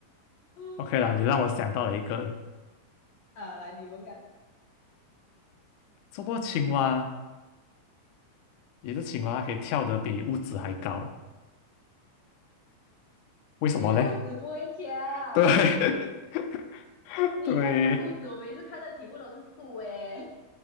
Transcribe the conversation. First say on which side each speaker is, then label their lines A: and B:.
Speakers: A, on the left (about 55°); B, on the left (about 80°).
A: 嗯，
B: ，OK 啦，你让我想到了一个，
A: 啊，来你们看，
B: 什么青蛙？一只青蛙它可以跳得比屋子还高，为什么嘞？
A: 因为物质不会跳。
B: <laughs> 对 <laughs>
A: 你在讲物质，
B: 对，
A: 我每次看的题目都是数诶，